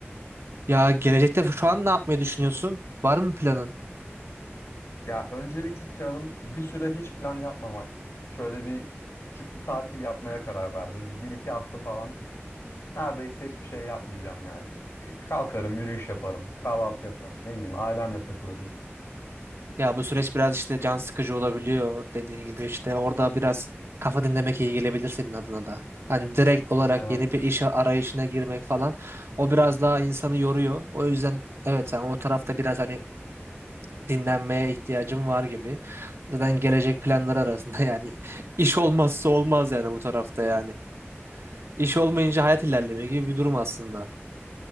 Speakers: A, on the right (about 65°); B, on the left (about 75°).
A: Ya gelecekte şu an ne yapmayı düşünüyorsun? Var mı planın?
B: Ya öncelikli planım bir süre hiç plan yapmamak. Şöyle bir küçük bir tatil yapmaya karar verdim. Bir, bir iki hafta falan neredeyse hiçbir şey yapmayacağım yani. Bir Kalkarım, yürüyüş yaparım, kahvaltı yaparım. Ne bileyim ailemle takılırım.
A: Ya bu süreç biraz işte can sıkıcı olabiliyor dediğin gibi işte orada biraz kafa dinlemek iyi gelebilir senin adına da. Hani direkt olarak
B: Evet.
A: yeni bir işe arayışına girmek falan o biraz daha insanı yoruyor. O yüzden evet sen o tarafta biraz hani dinlenmeye ihtiyacın var gibi. Zaten gelecek planlar arasında <laughs> yani iş olmazsa olmaz yani bu tarafta yani. İş olmayınca hayat ilerlemiyor gibi bir durum aslında.